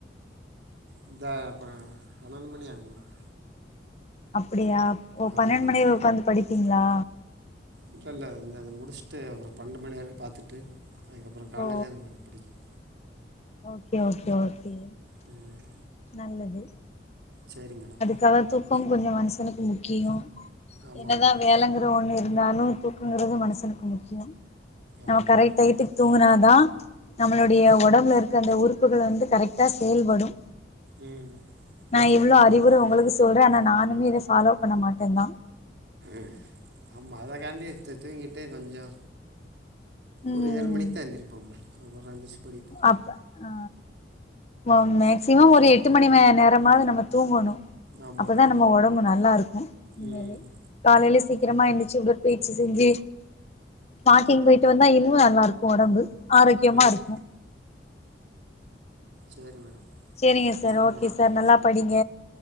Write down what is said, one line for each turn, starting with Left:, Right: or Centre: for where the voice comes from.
Right: இந்தா பன்ன பன்னெண்டு மணி ஆகு மேடம்
Left: அப்டியா ஓ
Right: ஆமாம்
Left: பன்னெண்டு
Right: மேடம்
Left: மணி வரை ஒக்காந்து படிப்பீங்ளா
Right: இல்ல இல்ல இந்த இத முடிச்ட்டு ஒரு பன்னெண்டு மணி வரை பாத்துட்டு அதுக்கப்பற கால்லதாங்
Left: ஓ
Right: படிக்கணு
Left: ஓகே ஓகே ஓகே
Right: ம்
Left: நல்லது
Right: சேரி மேடம்
Left: கன் தூக்கம் கொஞ்ச மனுசனுக்கு முக்கியோ
Right: ஆமாம்
Left: என்னதா
Right: மேடம்
Left: வேலங்கிற ஒன்னு இருந்தாலு தூக்கங்கிறது மனசனுக்கு முக்கியோ நம்ம
Right: ஆமாம்
Left: கரெக்ட்
Right: மேடம்
Left: டயத்துக்கு தூங்குன தா நம்மளுடைய ஒடம்புலருக்க அந்த உறுப்புகள் வந்து கரெக்ட்டா செயல்படும்
Right: ம்
Left: நா இவ்ளோ
Right: ஆமாம்
Left: அறிவுர
Right: மேடம்
Left: உங்களுக்கு சொல்றே ஆனா நானுமே இத ஃபாலோ பண்ண மாட்டே தா
Right: ம் ஆமா அதக்காண்டி எஸ்டா தூங்கிட்டு கொஞ்சோ
Left: ம்
Right: ஒரு ஏழு மணிக் தா எந்திரிப்போ மேடம் அப்பறோ எந்திரிச்சி படிப்போ
Left: அப்ப அ ஓ மேக்சிமம் ஒரு
Right: ம்
Left: எட்டு மணி மே நேரமாது நம்ம தூங்கோனு
Right: ஆமாம்
Left: அப்பதா நம்ம ஒடம்பு நல்லாருக்கு உண்மையாவே
Right: ம்
Left: காலைல சீக்கிரமா எந்திரிச்சி உடற்பயிற்சி செஞ்சி வாக்கிங் போய்ட்டு வந்தா இன்னு நல்லாருக்கு ஒடம்பு ஆரோக்கியமா
Right: ம்
Left: இருக்கு
Right: சேரி மேடம்
Left: சேரிங்க
Right: வச்சு வச்சிடவா
Left: சார் ஓகே
Right: மேடம்
Left: சார் நல்லா படிங்க